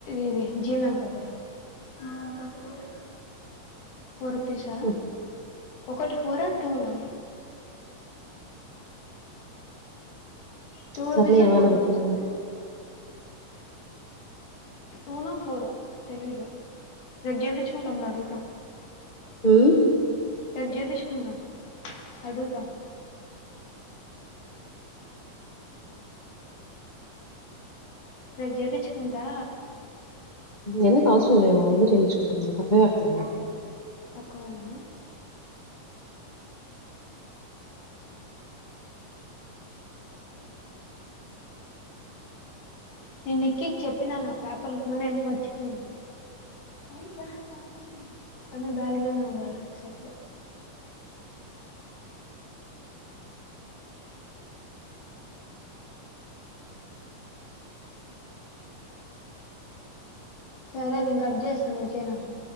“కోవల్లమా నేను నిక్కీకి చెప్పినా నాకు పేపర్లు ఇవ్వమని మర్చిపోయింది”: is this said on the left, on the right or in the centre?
Left